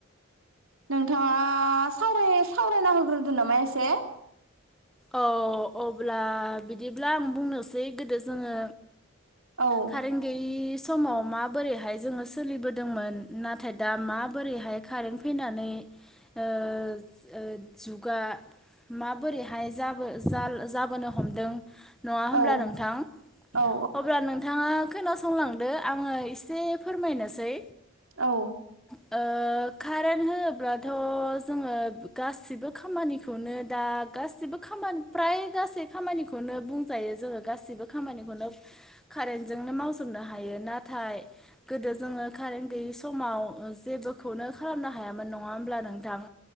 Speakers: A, on the right; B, in the centre.
A: नोंथाङा आ साव सावरायना होग्रोदो नामा एसे?
B: औ अब्ला बिदिब्ला आं बुंनोसै गोदो जोङो
A: औ
B: खारेन्त गैयै समाव माबोरैहाय जोङो सोलिबोदोंमोन नाथाय दा माबोरैहाय कारेन फैनानै ओ ओ जुगा माबोरैहाय हाय जाबो जाबोनो हमदों नङा होमब्ला
A: औ
B: नोंथां?
A: औ
B: अब्ला नोंथाङा खोनासंलांदो आङो एसे फोरमायनोसै।
A: औ
B: ओ कारेन्ट होनोब्लाथ जोङो गासिबो खामानिखौनो दा गासिबो खामानि फ्राय गासै खामानिखौनो बुंजायो जोङो गासैबो खामानिखौनो कारेन्टजोंनो मावजोबनो हायो। नाथाय गोदो जोङो कारेन्ट गैयि समाव जेबोखौनो खालामनो हायामोन नङा होमब्ला नोंथां।